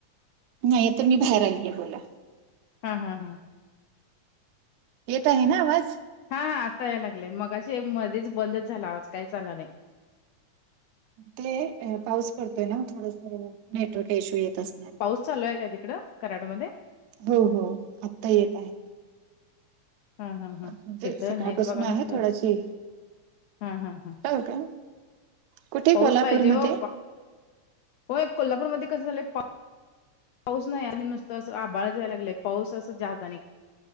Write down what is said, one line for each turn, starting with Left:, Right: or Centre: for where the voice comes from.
Right: नाही तर मी बाहेर आलीय बोला
Left: हा, हा, हा
Right: येत आहे ना आवाज
Left: हा आता याय लागलंय मगाशी मध्येच बंदच झाला आवाज काही च आला नाही
Right: ते पाऊस पडतोय ना थोडस नेटवर्क इश्यू येत असत
Left: पाऊस चालू आहे काय तिकडं कराडमध्ये
Right: हो, हो आत्ता येत आहेत
Left: हा, हा, हा
Right: म्हणजे
Left: हे तर
Right: सकाळपासून
Left: नाहीच बघा नुसत
Right: आहे थोडाशी
Left: हम, हम, हम
Right: हो का कुठे
Left: पाऊस
Right: कोल्हापूरमध्ये
Left: पाहिजे हो हो कोल्हापूरमध्ये कस झालंय पाऊस नाही आणि नुसतं असं आबााळ जायला लागलंय पाऊस असं जाात आणि